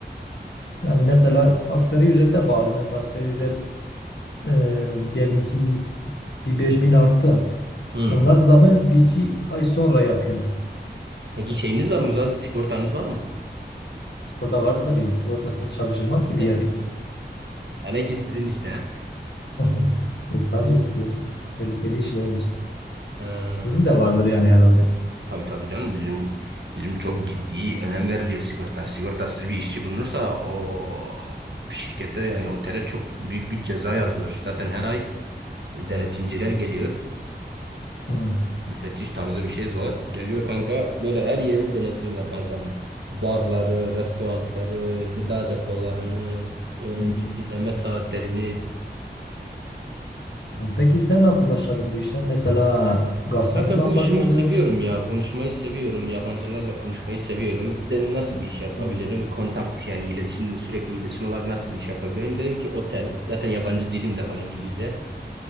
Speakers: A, on the left (about 75°); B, on the right (about 75°).
A: Yani mesela asgari ücrete bağlı. Mesela asgari ücret e, diyelim ki bir 5000 arttı.
B: Hmm.
A: Onlar zamı bir iki ay sonra yapıyor.
B: Peki şeyiniz var mı? Zaten sigortanız var mı?
A: Sigorta varsa bir sigortasız çalışılmaz gibi
B: Heh,
A: yer.
B: Hele ki sizin işte. ha.
A: <laughs> E, tabii sigorta tehlikeli işlerdir.
B: Ha.
A: Sizin de vardır yani herhalde.
B: Tabii tabii canım bizim bizim çok ciddi önem veriliyor sigorta. Sigortasız bir işçi bulunursa o şirkette yani otele çok büyük bir ceza yazılır. Zaten her ay e, denetimciler geliyor.
A: Hı.
B: Müfettiş tarzı bir şey Zuhat. Geliyor kanka böyle her yeri denetliyorlar kanka. Barları, restoranları, gıda depolarını, öğrenci
A: Hı.
B: dinleme saatlerini.
A: Tamam. Peki sen nasıl başladın bu işe? Mesela garsonlukla
B: Kanka bu
A: mı
B: işimi
A: başladın?
B: seviyorum ya. Konuşmayı seviyorum. Yabancılarla konuşmayı seviyorum. Dedim nasıl bir iş yapabilirim?
A: Hı,
B: Kontakt yani iletişimle sürekli iletişim olarak nasıl bir iş yapabilirim? Dedim ki otel. Zaten yabancı dilim de var İngilizce.